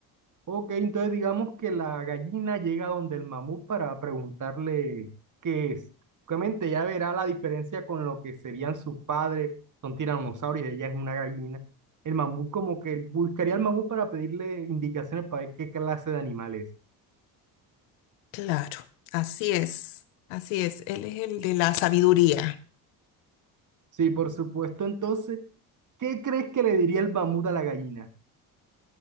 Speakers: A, on the right; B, on the left.
A: Ok, entonces digamos que la gallina llega donde el mamut para preguntarle qué es. Obviamente ya verá la diferencia con lo que serían sus padres, son tiranosaurios, ella es una gallina. El mamut como que buscaría al mamut para pedirle indicaciones para ver qué clase de animal es.
B: Claro, así es, así es, él es el de la sabiduría.
A: Sí, por supuesto. Entonces, ¿qué crees que le diría el mamut a la gallina?